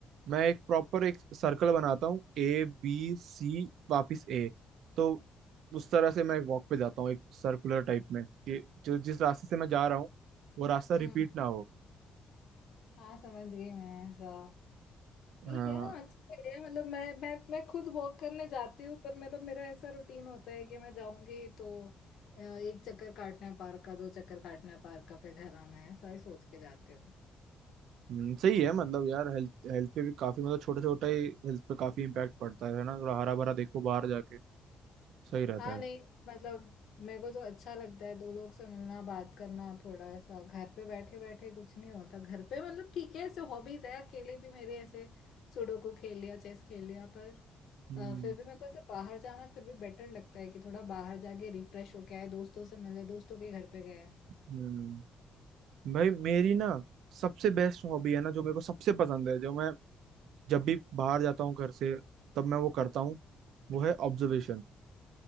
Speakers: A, on the right (about 80°); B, on the left (about 70°).
A: मैं एक प्रॉपर एक सर्कल बनाता हूँ ए बी सी वापस ए तो उस तरह से मैं वॉक पे जाता हूँ एक सर्कुलर टाइप में कि जो जिस रास्ते से मैं जा रहा हूँ वो रास्ता
B: हम्म
A: रिपीट ना हो
B: हाँ समझ गई मैं ऐसा ठीक
A: हाँ
B: है हाँ, अच्छी आइडिया मतलब मैं मैं मैं खुद वॉक करने जाती हूँ पर मतलब मेरा ऐसा रूटीन होता है कि मैं जाऊंगी तो अ, एक चक्कर काटना है पार्क का दो चक्कर काटना है पार्क का फिर घर आना है ऐसा ही सोच के जाती हूँ
A: हम्म, सही है मतलब यार हेल्थ हेल्थ पे भी काफी मतलब छोटा छोटा ही हेल्थ पे काफी इम्पैक्ट पड़ता है है ना थोड़ा हरा भरा देखो बाहर जाके सही रहता
B: हाँ
A: है
B: नहीं मतलब मेरे को तो अच्छा लगता है दो लोग से मिलना बात करना थोड़ा ऐसा घर पे बैठे बैठे कुछ नहीं होता घर पे मतलब ठीक है ऐसे हॉबीज है अकेले भी मेरे ऐसे सुडोकू खेल लिया चेस खेल लिया पर
A: हम्म
B: अ, फिर भी मेरे को ऐसे बाहर जाना फिर भी बेटर लगता है कि थोड़ा बाहर जाके रिफ्रेश होके आए दोस्तों से मिले दोस्तों के घर पे गए
A: हम्म भाई मेरी ना सबसे बेस्ट हॉबी है ना जो मेरे को सबसे पसंद है जो मैं जब भी बाहर जाता हूँ घर से तब मैं वो करता हूँ वो है ऑब्जर्वेशन
B: हम्म।